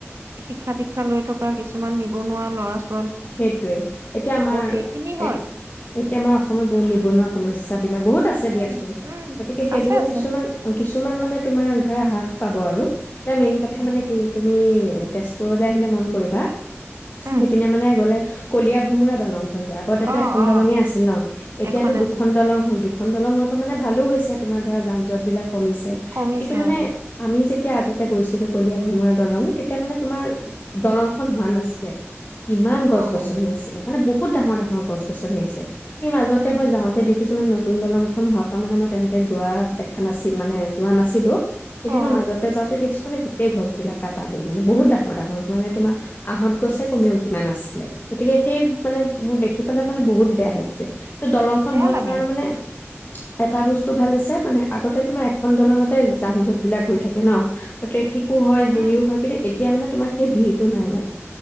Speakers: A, on the right; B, on the left.
A: শিক্ষা দিক্ষা লৈ থকা কিছুমান নিবনুৱা ল'ৰা ছোৱা
B: সেইটোৱে এতিয়া আমাৰ
A: সেইখিনি হয়
B: এ, এতিয়া আমাৰ অসমত বহুত নিবনুৱা সমস্যাাবিলাক বহুত- থিক আছে
A: উম
B: দিয়াচোন,
A: উম
B: গতিকে সেইবোৰো
A: আছে আছে
B: কিছুমান কিছুমান মানে তোমাৰ ধৰা হ্ৰাস পাব আৰু। এতিয়া মেইন কথা
A: উম
B: মানে কি তুমি তেজপুৰলৈ আহিলে মন কৰিবা
A: উম
B: সেইপিনে মানে গ'লে কলিয়া ভোমোৰা দলং যে আগতে
A: অ
B: এখন
A: অ
B: দলঙে আছিল ন' এতিয়াতো
A: এখন
B: দুখন
A: আছিল
B: দলং হল দুখন দলং হোৱাৰ পৰা মানে ভালো হৈছে। তোমাৰ ধৰা যান জঁট বিলাক কমিছে
A: কমিছে
B: কিন্তু মানে আমি যে তেতিয়া আগতে গৈছিলো কলিয়া ভোমোৰা দলং ত তেতি এতিয়া মানে তোমাৰ দলং হোৱা নাছিলে ইমান গছ-গছনি
A: অ উম
B: আছিলে। মানে বহু ডাঙৰ ডাঙৰ গছ গছনি আছে সেই মাজতে
A: উম
B: মই যাওঁতে দেখি কিছুমান নতুন দলংখন হোৱা পৰা মানে মই তেনেকে যোৱা দেখা নাছিল মানে যোৱা নাছিলো। সেইদিনাখন
A: অ
B: মাজতে যাওঁতে দেখিছো মানে গোটেই গছ বিলাক কাটা গ'ল মানে বহুত ডাঙৰ ডাঙৰ মানে তোমাৰ আহঁত গছে
A: ইচ
B: কমেও কিমান আছে। গতিকে সেই মানে মোৰ দেখি পালা মানে বহুত বেয়া লাগিছে। দলংখন
A: বেয়া
B: হোৱাৰ
A: লাগে
B: কাৰণে মানে এটা বস্তু ভাল দিছে মানে আগতে তোমাৰ এখন দলঙতে যান জঁট বিলাক হৈ থাকে ন' ট্ৰেফিক হয় হেৰিও
A: উম
B: হয় কিন্তু এতিয়া মানে তোমাৰ সেই ভিৰটো নাই মানে।